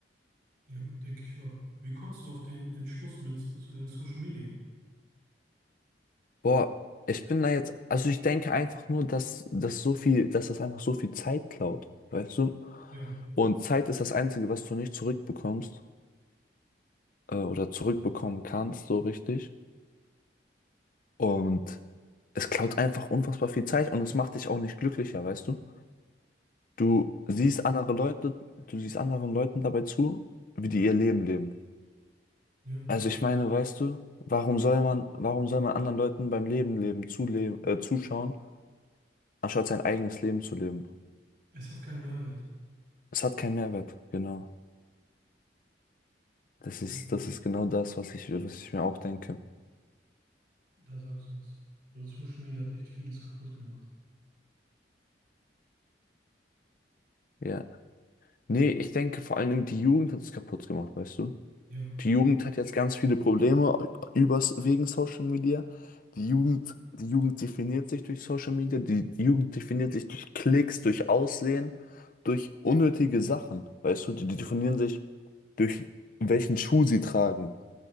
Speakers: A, on the right (about 60°); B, on the left (about 50°).
A: Ja, denke ich auch. Wie kommst du auf den Entschluss mit äh, Social Media?
B: Boah, ich bin da jetzt, also ich denke einfach nur, dass das so viel, dass das einfach so viel Zeit klaut, weißt du?
A: Ja,
B: Und Zeit ist das Einzige, was du nicht zurückbekommst äh, oder zurückbekommen kannst, so richtig. Und es klaut einfach unfassbar viel Zeit und es macht dich auch nicht glücklicher, weißt du? Du siehst andere Leute, du siehst anderen Leuten dabei zu, wie die ihr Leben leben.
A: ja.
B: Also ich meine, weißt du, warum soll man, warum soll man anderen Leuten beim Leben leben, zuleben, äh, zuschauen, anstatt sein eigenes Leben zu leben?
A: Es hat keinen Mehrwert.
B: Es hat keinen Mehrwert, genau. Das ist,
A: Ja,
B: das ist genau das, was ich, was ich mir auch denke.
A: da sagst du was. Also Social Media hat echt vieles kaputt gemacht.
B: Ja. Nee, ich denke vor allen Dingen, die Jugend hat es kaputt gemacht, weißt du?
A: Ja,
B: Die Jugend hat jetzt ganz viele Probleme übers, wegen Social Media. Die Jugend, die Jugend definiert sich durch Social Media, die, die Jugend definiert sich durch Klicks, durch Aussehen, durch unnötige Sachen, weißt du? Die, die definieren sich durch welchen Schuh sie tragen,